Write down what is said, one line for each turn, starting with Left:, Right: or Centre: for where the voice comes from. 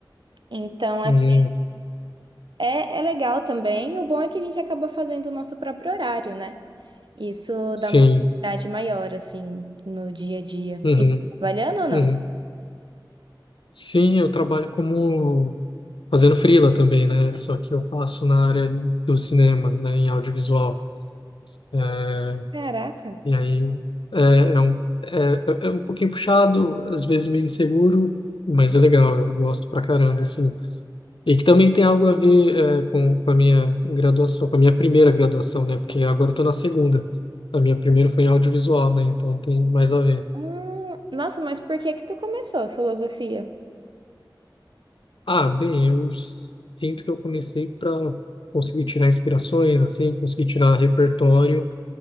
Right: Então, assim,
Left: Uhum.
Right: é, é legal também. O bom é que a gente acaba fazendo o nosso próprio horário, né? Isso
Left: Sim.
Right: dá uma liberdade maior, assim, no dia a dia.
Left: Uhum.
Right: E tu tá trabalhando ou não?
Left: Uhum. Sim, eu trabalho como fazendo freela também, né? Só que eu faço na área do cinema, né? Em audiovisual. É,
Right: Caraca.
Left: E aí é, é um, é, é é um pouquinho puxado, às vezes meio inseguro, mas é legal, eu gosto pra caramba, assim. E que também tem algo a ver é, com, com a minha graduação, com a minha primeira graduação, né? Porque agora eu tô na segunda. A minha primeira foi em audiovisual, né? Então tem mais a ver.
Right: Hum, nossa, mas por que que tu começou a filosofia?
Left: Ah, bem, eu sinto que eu comecei para conseguir tirar inspirações, assim, conseguir tirar repertório